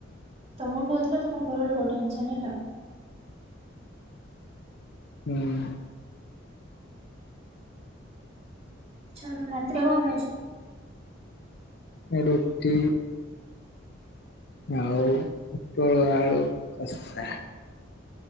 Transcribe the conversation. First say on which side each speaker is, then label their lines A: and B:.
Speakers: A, on the right (about 35°); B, on the left (about 60°).
A: ତମଠୁ ଅଧିକ ତମ ଘର ଲୋକ ଟେନସନ ହେଲା।
B: ହୁଁ।
A: ଛାଡ ରାତିରେ କଣ ଖାଇଛ?
B: ରୁଟି। ଆଉ ପୋଟଳଆଳୁ କସା।